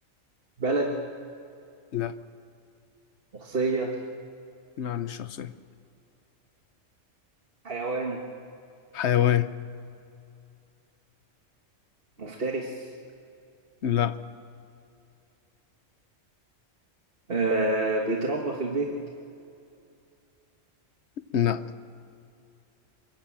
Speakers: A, on the right; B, on the left.
A: بلد
B: لا
A: شخصية
B: لا مش شخصية
A: حيوان
B: حيوان
A: مفترس
B: لا
A: آه بيتربى في البيت
B: لا